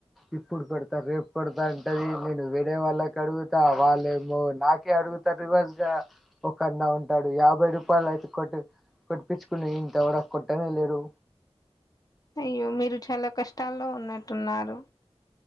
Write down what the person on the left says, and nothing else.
అయ్యో మీరు చాలా కష్టాల్లో ఉన్నట్టున్నారు